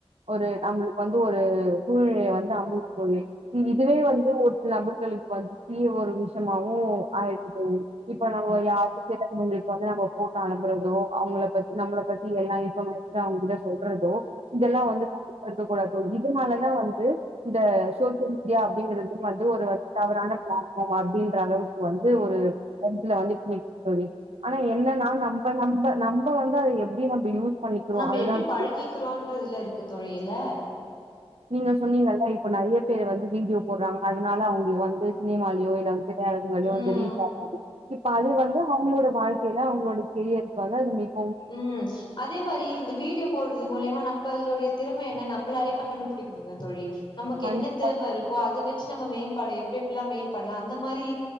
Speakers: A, on the right; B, on the left.
A: ஒரு நம்மளுக் வந் ஒரு சூழ்நிலைய வந்து அமுங்கு தோழி இதுவே வந்து ஒ லபர்களுக்கு வந்து தீய ஒரு விஷ்யமாவு ஆயிட்டு தோழி இப்ப நம்ம யாருக்கு கேட்டங்களுக்கு வந்து நம்ம போட்டோ அனுப்புறதோ அவுங்கள நம்மள பத்தி எல்லா இன்ஃபர்மேஷனு அவங்கிட்ட சொல்றதோ இதெல்லா வந்துதா கருக்கக்கூடாது தோழி இதுனாலதா வந்து இந்த சோசியல் மீ டியா அப்பிடிங்கறது வந்து ஒரு வந் தவறான பிளாடஃபார்ம் அப்பிடின்ற அளவுக்கு வந்து ஒரு இதுல வந்து இப் நீ இப் நீ ஆனா என்னன்னா நம்ப நம்ப நம்ப வந்து எப்படி நம்ப யூஸ் பண்ணிக்கிறோ
B: நம்ம
A: அதுதா
B: எப்பிடி பழகிக்கிறோ இன்றதுல இருக்கு தோழி இல
A: நீங்க சொன்னீங்கல்ல இப்ப நெறைய பேர் வந்து வீடியோ போறாங்க அதனால அவிங்க வந்து சினிமாலயோ இல்ல வந்து திரையறங்களயோ
B: ம்
A: வந்து ரீச் ஆவாங்க இப்ப அது வந்து அவங்களோட வாழ்க்கையில அவங்களோட கெரியருக்கு வந்து அது மிக
B: ம் அதே மாரி இந்த வீடியோ போடு இது மூழியமா நம்மளுடைய திறமை என்ன நம்மளாலே கண்டுபுடிக்க முடியு தோழி நமக்கு
A: கண்டிப்பா
B: என்ன திறமை இருக்கோ அத வச்சி நம்ம மேம்பாடு எப்பிடி எப்பிடிலா மேம்படலா அந்த மாரி